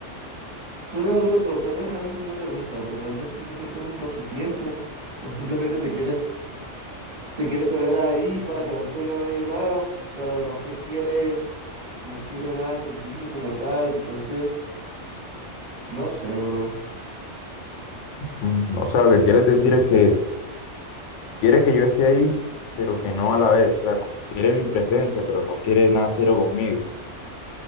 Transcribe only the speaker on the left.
Mm, O sea, lo que quieres decir es que quiere que yo esté ahí, pero que no a la vez. O sea, como quiere mi presencia, pero no quiere nada cero conmigo.